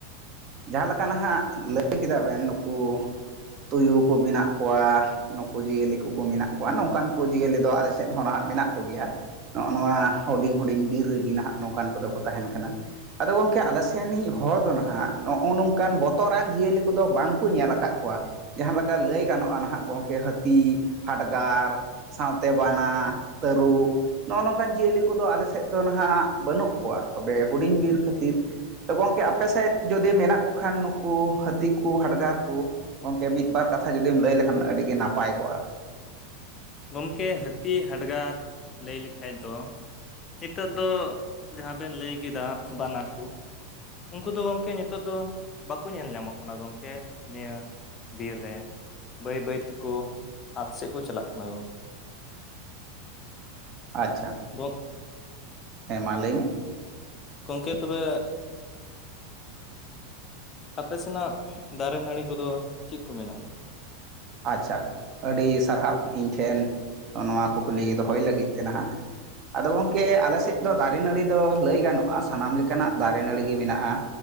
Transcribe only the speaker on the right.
ᱡᱟᱦᱟᱸ ᱞᱮᱠᱟ ᱱᱟᱦᱟᱜ ᱞᱟᱹᱭ ᱠᱮᱫᱟ ᱵᱮᱱ ᱱᱩᱠᱩ ᱛᱩᱭᱩ ᱠᱚ ᱢᱮᱱᱟᱜ ᱠᱚᱣᱟ ᱱᱩᱠᱩ ᱡᱤᱭᱟᱹᱞᱤ ᱠᱚᱠᱚ ᱢᱮᱱᱟᱜ ᱠᱚᱣᱟ ᱱᱚᱝᱠᱟᱱ ᱠᱚ ᱡᱤᱭᱟᱹᱞᱤ ᱫᱚ ᱟᱞᱮ ᱥᱮᱫ ᱦᱚᱸ ᱱᱟᱦᱟᱜ ᱢᱮᱱᱟᱜ ᱠᱚᱜᱮᱭᱟ ᱱᱚᱜᱼᱚ ᱱᱚᱣᱟ ᱦᱩᱰᱤᱧ ᱦᱩᱰᱤᱧ ᱵᱤᱨ ᱨᱮᱜᱮ ᱱᱟᱦᱟᱜ ᱱᱚᱝᱠᱟᱱ ᱠᱚᱫᱚ ᱠᱚ ᱛᱟᱦᱮᱱ ᱠᱟᱱᱟ ᱟᱫᱚ ᱜᱚᱝᱠᱮ ᱟᱞᱮ ᱥᱮᱱᱤᱡ ᱦᱚᱲ ᱫᱚ ᱱᱟᱦᱟᱜ ᱱᱚᱜᱼᱚ ᱱᱚᱝᱠᱟᱱ ᱵᱚᱛᱚᱨᱟᱱ ᱡᱤᱭᱟᱹᱞᱤ ᱠᱚᱫᱚ ᱵᱟᱝ ᱠᱚ ᱧᱮᱞ ᱟᱠᱟᱫ ᱠᱚᱣᱟ ᱡᱟᱦᱟᱸ ᱞᱮᱠᱟ ᱞᱟᱹᱭ ᱜᱟᱱᱚᱜᱼᱟ ᱱᱟᱦᱟᱸᱜ ᱜᱚᱢᱠᱮ ᱦᱟᱹᱛᱤ ᱦᱟᱰᱜᱟᱨ ᱥᱟᱶᱛᱮ ᱵᱟᱱᱟ ᱛᱟᱹᱨᱩᱵ ᱱᱚᱜᱼᱚ ᱱᱚᱝᱠᱟᱱ ᱡᱤᱭᱟᱹᱞᱤ ᱠᱚᱫᱚ ᱟᱞᱮ ᱥᱮᱫ ᱫᱚ ᱦᱜ ᱵᱟᱹᱱᱩᱜ ᱠᱚᱣᱟ ᱛᱚᱵᱮ ᱦᱩᱰᱤᱧ ᱵᱤᱨ ᱠᱷᱟᱹᱛᱤᱨ ᱛ ᱜᱚᱢᱠᱮ ᱟᱯᱮ ᱥᱮᱫ ᱡᱩᱚᱫᱤ ᱢᱮᱱᱟᱜ ᱠᱚ ᱠᱷᱟᱱ ᱱᱩᱠᱩ ᱦᱟᱹᱛᱤ ᱠᱚ ᱦᱟᱰᱜᱟᱨ ᱠᱚ ᱜᱚᱝᱠᱮ ᱢᱤᱫᱵᱟᱨ ᱠᱟᱛᱷᱟ ᱡᱩᱫᱤᱢ ᱞᱟᱹᱭ ᱞᱮᱠᱷᱟᱱ ᱟᱹᱰᱤ ᱜᱮ ᱱᱟᱯᱟᱭ ᱠᱚᱜᱼᱟ
ᱟᱪᱪᱷᱟ
ᱦᱮᱸ ᱢᱟ ᱞᱟᱹᱭ ᱢᱮ
ᱟᱪᱪᱷᱟ ᱟᱹᱰᱤ ᱥᱟᱨᱦᱟᱣ ᱤᱧ ᱴᱷᱮᱱ ᱱᱚᱣᱟ ᱠᱩᱠᱞᱤ ᱫᱚᱦᱚᱭ ᱞᱟᱹᱜᱤᱫ ᱛᱮ ᱱᱟᱦᱟᱜ ᱟᱫᱚ ᱜᱚᱢᱠᱮ ᱟᱞᱮ ᱥᱮᱫ ᱫᱚ ᱫᱟᱨᱮ ᱱᱟᱹᱲᱤ ᱫᱚ ᱞᱟᱹᱭ ᱜᱟᱱᱚᱜᱼᱟ ᱥᱟᱱᱟᱢ ᱞᱮᱠᱟᱱᱟᱜ ᱫᱟᱨᱮ ᱱᱟᱹᱲᱤ ᱜᱮ ᱢᱮᱱᱟᱜᱼᱟ